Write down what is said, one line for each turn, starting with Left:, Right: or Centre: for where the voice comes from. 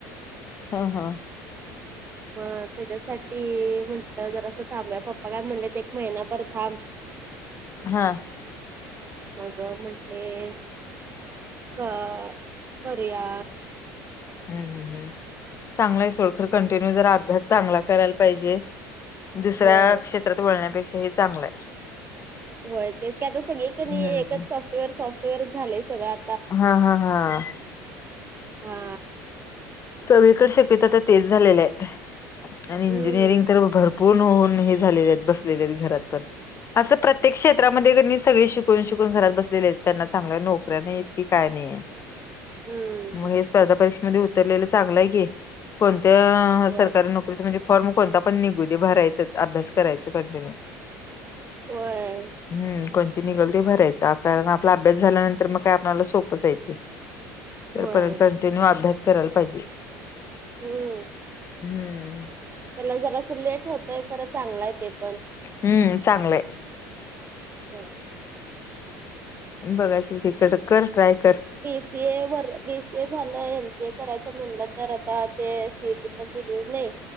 Left: हं. हं.
Right: होय. त्याच्यासाठी म्हंटलं जरास थांबू या पप्पाना काय म्हटलं एक महिनाभर थांब.
Left: हा.
Right: मग म्हटले- क करूया.
Left: हम् हम् हम्. चांगलं आहे <unintelligible> खर कंटिन्यू जरा अभ्यास चांगला करायला पाहिजे. दुसऱ्या
Right: होय
Left: क्षेत्रात वळण्यापेक्षा हे चांगलंय.
Right: व्हय. तेच की आता सगळीकनी
Left: हम्म
Right: एकच सॉफ्टवेअर. सॉफ्टवेअरच झालेय सगळं-
Left: हां. हां. हां.
Right: हा.
Left: सगळीकडे शक्यतो आता तेच झालेलं आहे. आणि इंजिनिअरिंग
Right: हम्म
Left: कडे भरपूर- पूर्ण होऊन हे झालेले आहेत. बसलेले आहेत घरात पण. असं प्रत्येक क्षेत्रामध्ये कनी सगळे शिकून शिकून घरात बसलेले आहेत. त्यांना चांगल्या नोकऱ्या नाहीेत की काय नाहीये.
Right: हम्म
Left: मग हे स्पर्धा परीक्षेमध्ये उतरलेलं चांगलं आहे की. कोणत्या-
Right: होय.
Left: सरकारी नोकरी. म्हणजे फॉर्म कोणता पण निघू दे भरायचाच अभ्यास करायचा कंटिन्यू.
Right: होय.
Left: हम्. कोणती निघल ते भरायच. कारण आपला अभ्यास झाल्यानंतर मग काय आपल्याला सोपंच आहे ते.
Right: होय
Left: हो पण कंटिन्यू अभ्यास करायला पाहिजे.
Right: ह.
Left: हम्म.
Right: त्याला जरा अस लेट होतय. खरं चांगलाय ते पण.
Left: हम्म चांगलंय.
Right: हो.
Left: बघायच <unintelligible> कर ट्राय कर.
Right: सी ए वर बी सी ए झालं. एम सी ए करायचं म्हणलं तर आता ते सी ए टी पण दिलेली नाही.